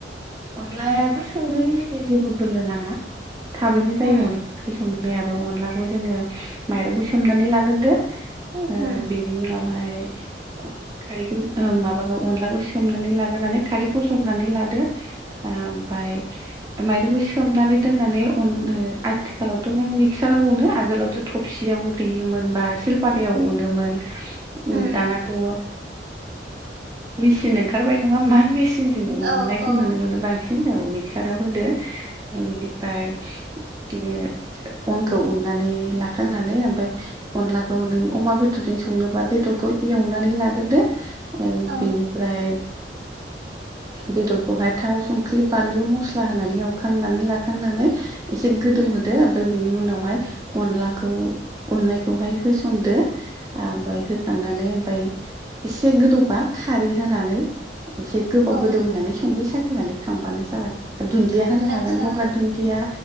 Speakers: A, on the right; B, on the right.
A: अनलायाबो संनो इजि जेबो बोलो नाङा। थाबैनो जायो
B: उम
A: अनला ओंख्रि संनाय दैयाबो अनलाखौ जोङो माइरंखौ सोमनानै लाग्रोदो ओ बे
B: उम
A: बिनि उनावहाय ओ खारैखौ ओ माबाखौ अनलाखौ सोमनानै ला होनानै खारैखौ सरनानै लादो ओ ओमफाय माइरंखौ सोमनानै दोननानै अन ओ आथिखालावथ' नों मिक्साराव अनो आगोलावथ' थबसियाव देयोमोन बा सिलपाथायाव उनोमोन ओम
B: उम
A: दानाथ' ओ मिचिन ओंखारबाय नङा मा मेचिंजों उननायखौ
B: औ औ
A: नुनो मोनो बां सिन औ मिक्साराव होदो ओ बिनिफ्राय ए अनखौ उननानै लाखांनानै ओमफफ्राय अनलाखौ नों अमा बेदरजों संनोोबा बेदरखौ एवनानै लाग्रोदो ओ
B: औ
A: बेनिफ्राय बेदरखौहाय थाव संख्रि बानलु मस्ला होनानै एवखांनानै लाखांनानै एसे गोदौ
B: उम
A: होदो ओमफ्राय बिनि उनावहाय अनलाखौ उननायखौहाय होसनदो। ओमफ्राय होखांनानै ओमफ्राय एसे गोदौबा खारै होनानै एसे गोबाव
B: औ
A: गोदौ होनानै संगै साखिनानै खांबानो जाबाय दुन्दिया होनो हागोन
B: आदसा
A: गंगार दुन दिया